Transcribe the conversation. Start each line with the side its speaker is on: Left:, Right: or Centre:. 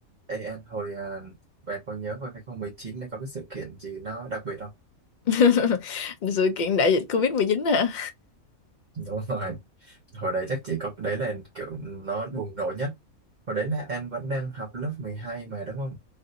Right: Ê, anh, hồi à, bạn có nhớ hồi 2019 này có cái sự kiện gì nó đặc biệt không?
Left: <laughs> sự kiện đại dịch covid mười chín hả?
Right: Đúng rồi. Hồi đấy chắc chỉ có đấy là kiểu nó bùng nổ nhất. Hồi đấy là anh vẫn đang học lớp 12 mà đúng không?